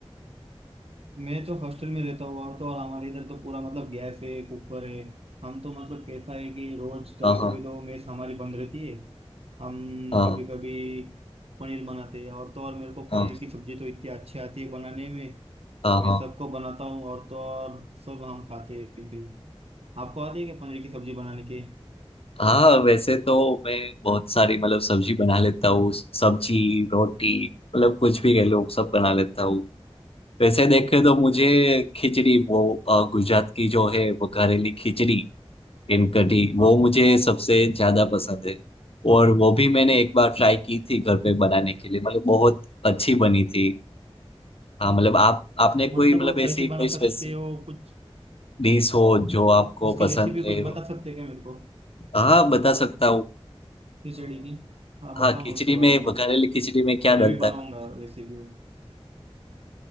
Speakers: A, on the right (about 70°); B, on the left (about 60°).
A: मैं तो हॉस्टल में रहता हूँ और तो और हमारे इधर तो पूरा मतलब गैस है कुकर है हम तो मतलब कैसा है कि रोज कभी
B: हाँ हाँ
A: कभी तो मेस हमारी बंद रहती है हम
B: हाँ
A: कभी कभी पनीर बनाते हैं और तो और मेरे को पनीर
B: हाँ
A: की सब्जी तो इतनी अच्छी आती है बनाने में
B: हाँ
A: मैं
B: हाँ।
A: सबको बनाता हूँ और तो और सब हम खाते हैं लेकिन आपको आती है क्या पनीर की सब्जी बनाने के
B: हाँ वैसे तो मैं बहुत सारी मतलब सब्जी बना लेता हूँ सब्जी रोटी मतलब कुछ भी कह लो सब बना लेता हूँ वैसे देखे तो मुझे खिचड़ी वो अ, गुजरात की जो है वो करेली खिचड़ी इन कढ़ी वो मुझे सबसे ज्यादा पसंद है और वो भी मैंने एक बार ट्राई की थी घर पे बनाने के लिए मतलब बहुत अच्छी बनी थी हाँ मतलब आप आपने कोई
A: मतलब
B: मतलब
A: वो
B: ऐसी
A: कैसे बना
B: कोई स्पेसिफिक
A: सकते हो कुछ
B: डिश हो जो आपको
A: उसकी
B: पसंद
A: रेसिपी
B: है
A: कुछ बता सकते हैं क्या मेरे को
B: हाँ बता सकता हूँ
A: खिचड़ी की हाँ
B: हाँ
A: बताओ
B: खिचड़ी
A: ना उसके बारे
B: में
A: में
B: बघारेली
A: जरा
B: खिचड़ी में क्या डलता
A: मैं भी बनाऊंगा
B: है
A: रेसिपी